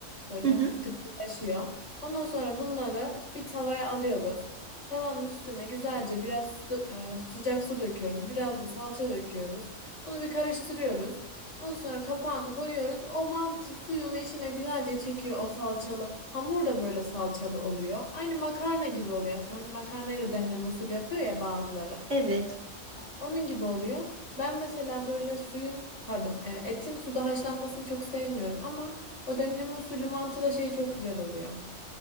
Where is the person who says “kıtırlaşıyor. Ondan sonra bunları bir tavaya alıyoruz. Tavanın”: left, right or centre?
Left